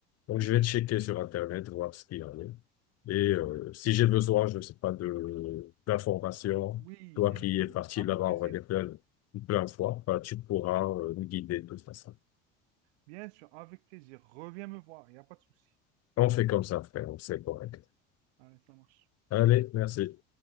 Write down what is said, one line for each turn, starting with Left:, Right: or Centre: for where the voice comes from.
Right: oui.
Left: Donc, je vais checker sur Internet, voir ce qu'il y en a.
Right: Euh,
Left: Et euh, si j'ai besoin, je ne sais pas, de d'informations,
Right: oui,
Left: toi
Right: bien
Left: qui
Right: sûr.
Left: es parti
Right: Avec
Left: là-bas,
Right: plaisir.
Left: on va dire plein, plein de fois, bah, tu pourras euh, me guider de toute façon.
Right: Bien sûr, avec plaisir. Reviens me voir, il n'y a pas de souci.
Left: On fait comme ça, frère, c'est correct.
Right: Allez, ça marche.
Left: Allez, merci.